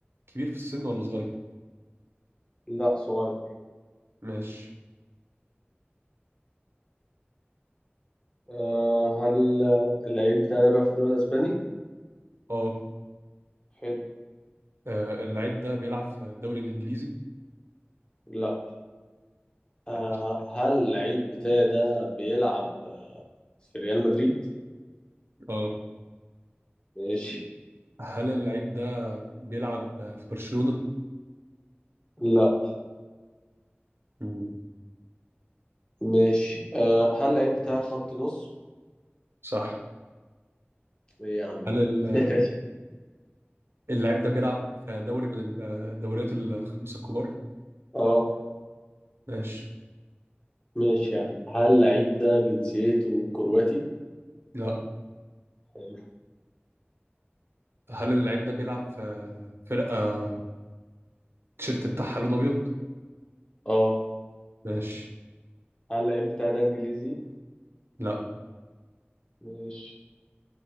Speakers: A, on the right (about 75°); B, on the left (about 25°).
A: كبير في السن ولا صغير؟
B: لا صغير
A: ماشي
B: أه هل آه، اللعيب بتاعي ده بيلعب في الدوري الاسباني
A: اه
B: حلو
A: آه، اللعيب ده بيلعب في الدوري الانجليزي؟
B: لا أه
A: ماشي
B: هل اللعيب بتاعي ده بيلعب آه، في ريال مدريد
A: اه
B: ماشي
A: هل اللعيب ده بيلعب في برشلونة؟
B: لا
A: مم.
B: ماشي أه هل اللعيب بتاعي خط نص
A: صح
B: ايه يا عم ده
A: هل ال-
B: <laughs>
A: اللعيب ده بيلعب في دوري من الدوريات الخمسة الكبار؟
B: اه
A: ماشي
B: ماشي يا عم هل اللعيب ده جنسيته كرواتي
A: لا
B: حلو
A: هل اللعيب ده بيلعب في فرقة التيشيرت بتاعها لون أبيض؟
B: اه
A: ماشي
B: هل اللعيب بتاعي ده انجليزي
A: لا
B: ماشي